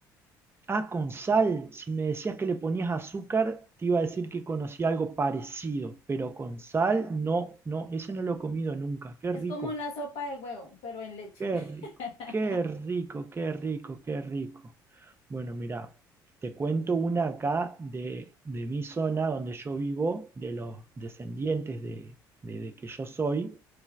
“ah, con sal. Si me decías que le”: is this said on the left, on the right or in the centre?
Right